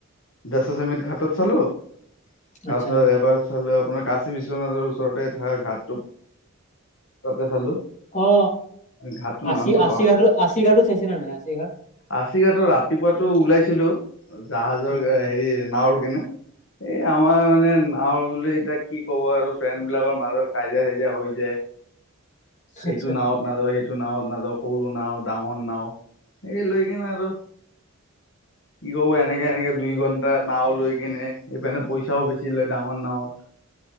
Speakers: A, on the left; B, on the left.
A: দছ চমিট ঘাটত চালো। তাৰপিছত
B: আচ্ছা
A: এবাৰ চালো আপোনাৰ কাশি বিশ্বনাথৰ ওচৰতে থকা ঘাটটো তাতে চালো।
B: অ,
A: ঘাটটোৰ
B: আচি-আচি
A: নামটো
B: ঘ আচি ঘাটো চাই কি মানে আচি ঘাট?
A: আছিকা তো ৰাতিপুৱাটো ওলাইছিলো। জাহাজৰ
B: উম
A: হেৰি নাৱৰ কেনে এই আমাৰ মানে নাৱৰ বোলে এতিয়া কি কব আৰু ফ্ৰেণ্ড বিলাকৰ মাজত কাইজীয়া চাইজীয়া হৈ যায়।
B: আচ্ছা
A: এইটো নাৱত নাযাওঁ, সেইটো টো নাওত নাযাও। সৰু নাও, ডাঙৰ নাও সেই লৈ কিনে আৰু কি কব এনেকে এনেকে দুই ঘন্টা নাও লৈ কিনে সপিনে পইচাও বেছি লয় ডাঙৰ নাৱত।